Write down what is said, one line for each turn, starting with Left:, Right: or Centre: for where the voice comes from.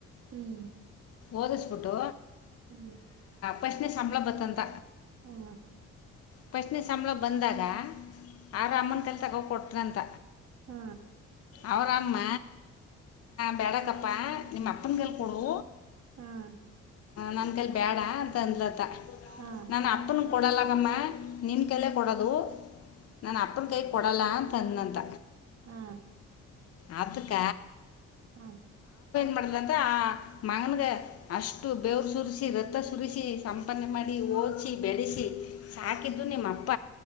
Right: ಹ್ಮ್
Left: ಓದಿಸ್ಬಿಟ್ಟು
Right: ಹ್ಮ್
Left: ಪ್ರಶ್ನೆ ಸಂಬಳ ಬತ್ತಂತ
Right: ಹ್ಮ
Left: ಪ್ರಶ್ನೆ ಸಂಬಳ ಬಂದಾಗ ಆರ ಅಮ್ಮನ್ ಕಲಿ ತಕ ಕೊಟ್ಟ ಅ್ರಂತ
Right: ಹ್ಮ
Left: ಅವರಮ್ಮ ಬೆಡಗಪ್ಪ ನಿಮ್ಮ ಅಪ್ಪನಕೈಲೆ
Right: ಹ್ಮ್
Left: ಕೊೊಡು
Right: ಹ್ಮ್
Left: ನನ್ ಕಲ್ಲಿ ಬೇಡ ಅಂತ ಅಂದ್ಲತ್ತ
Right: ಹ್ಮ್
Left: ನಾನ ಅಪ್ಪನ ಕೊಡಲಾಗಮ್ಮೆ ನಿನ್ ಕೈಲೆ ಕೊಡದು ನ ಅ ಕೈ ಕೊಡಲ್ಲ ಅಂತಂದಂತ
Right: ಹಾ
Left: ಆತಕ್ಕ
Right: ಹ್ಮ
Left: ಮಾಡಿದಂತ ಆ ಮಗನಗೆ ಅಷ್ಟು ಬೆೇವರು ಸುರಿಸಿ ರಥ ಸುರಿಸಿ ಸಂಪಾದನೆ ಮಾಡಿ ಓದಿಸಿ ಬೆಳೆಸಿ ಸಾಕಿದ್ದು ನಿಮ್ಮಪ್ಪ